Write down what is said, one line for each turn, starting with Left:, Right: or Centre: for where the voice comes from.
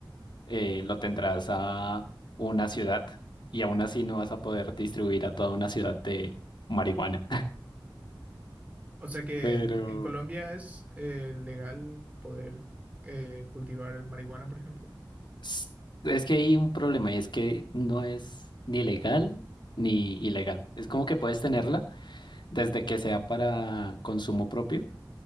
Left: eh, lo tendrás a una ciudad y aún así no vas a poder distribuir a toda una ciudad de marihuana.
Right: O sea que
Left: Pero,
Right: en, en Colombia es eh, legal poder eh, cultivar marihuana, por ejemplo.
Left: S- Es que hay un problema y es que no es ni legal ni ilegal. Es como que puedes tenerla desde que sea para consumo propio,